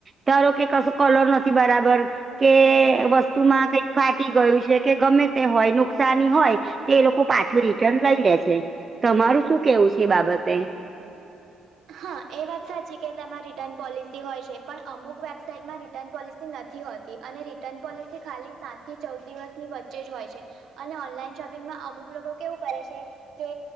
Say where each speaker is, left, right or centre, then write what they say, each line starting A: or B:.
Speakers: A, on the right; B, on the right.
A: તારો કે કસું કલર નથી બરાબર. કે વસ્તુમાં કઈક ફાટી ગયું છે કે, ગમે તે હોય નુકસાની હોય. તે એ લોકો પાછું રિટર્ન લઈ લે છે. તમારું શું કેવું છે એ બાબતે...
B: હા એ વાત સાચી કે તેમાં રિટર્ન પોલિસી હોય છે પણ અમુક વેબસાાઈટમાં રિટર્ન પોલિસી નથી હોતી. અને રિટર્ન પોલિસી ખાલી સાતથી ચૌદ દિવસની વચ્ચે જ હોય છે. અને ઓનલાઈન શોપિંગમાં અમુક લોકો કેવું કરે છે. કે